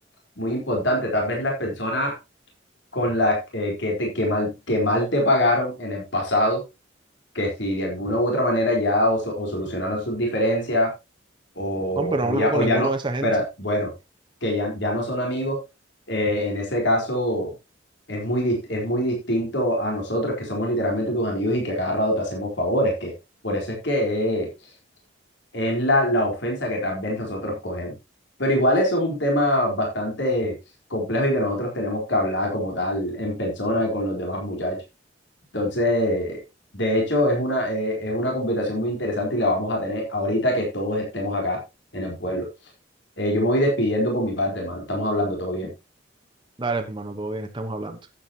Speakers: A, on the left; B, on the right.
A: muy importante. Tal vez las personas con las eh, que, te, que, mal, que mal te pagaron en el pasado que si de alguna u otra manera ya o, so- o solucionaron sus diferencias o,
B: no, pero
A: o
B: no
A: ya,
B: hablo con
A: o ya
B: ninguno
A: no,
B: de esa gente.
A: pero bueno, que ya, ya no son amigos, eh, en ese caso es muy, dis- es muy distinto a nosotros que somos literalmente tus amigos y que a cada rato te hacemos favores, que por eso es que eh, es la, la ofensa que tal vez nosotros cogemos. Pero igual eso es un tema bastante complejo y que nosotros tenemos que hablar como tal en persona con los demás muchachos. Entonces, de hecho, es una, eh, es una conversación muy interesante y la vamos a tener ahorita que todos estemos acá en el pueblo. Eh, yo me voy despidiendo por mi parte, hermano. Estamos hablando todo bien.
B: Dale, hermano, todo bien, estamos hablando.